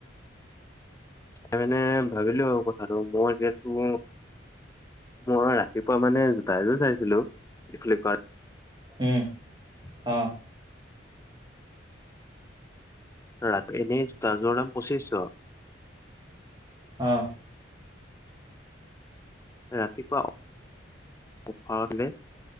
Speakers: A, on the left; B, on the right.
A: সেই মানে ভাবিলো আৰু কথাটো মই যিহেতু মই ৰাতিপুৱা মানে জোতা এযোৰ চাইছিলো ফ্লিপকাৰ্ট
B: ওহ‌ অ
A: ধৰক এনেই জোতা জোৰ দাম পচিচশ
B: অহ
A: ৰাতিপুৱা মই